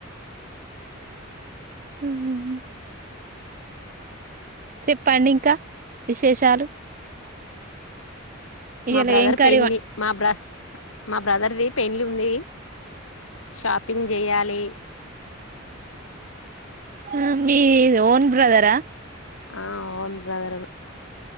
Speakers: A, on the right (about 40°); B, on the left (about 90°).
A: <inaudible> చెప్పండి ఇంకా విశేషాలు
B: <inaudible>
A: ఇయ్యాల
B: మా బ్రదర్
A: ఏం కర్రీ
B: పెండ్లి
A: వం
B: మా బ్ర మా బ్రదర్ది పెళ్లి ఉంది షాపింగ్ చేయాల్ ఏ
A: ఆ మీ ఓన్ బ్రదరా
B: ఆ ఓన్ బ్రదరు